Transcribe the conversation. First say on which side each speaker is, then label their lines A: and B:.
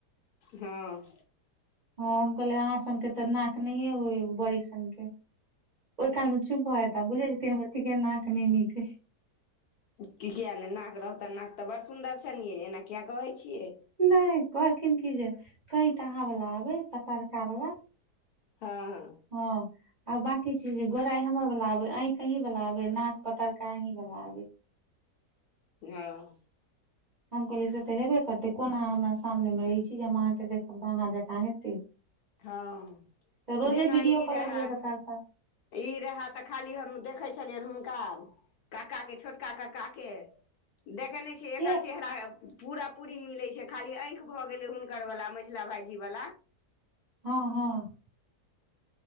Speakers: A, on the left (about 70°); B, on the right (about 40°).
A: हँ
B: हँ कहले अाँङे <unintelligible> त नाक नहि होए बड़ी सन के ओहि काल मे चुप भ जेता बुझे छै तीन केे नाक नहि नीक छै
A: कि कििया नहि नाक रहतनि नाक तऽ बड़ सुन्दर छनििये एना किया कहै छियै।
B: नहि कहलखिन की जे कईत अहाँ वला आबे पतरका वालला
A: हँ हँ।
B: हँ। आ बाकी चीज गोराइ हमर वला आबे आँखि अहीं वला आबे नाक पतरका अहीं वला आबे।
A: हँ।
B: हम कहलियै से तऽ हेबे करतै कोन अहाँ हमरा सामने मे रहै छी जे हम अहाँके देखब तऽ अहाँ जकाँ हेतै।
A: हँ
B: तऽ रोजे
A: जेना
B: वीडियो
A: ई रहै।
B: कॉल एक बेर करता
A: ई रहय तऽ खाली हम देखै छलियनि हुनका क्ाके छोटका कऽ काके। देख नहि। एकर
B: के
A: चेहरा पूरा पूरी मिले छै खाली आंखि भए गेले हुनकर वाला मझिला भाईजी वाला।
B: हँ हँ।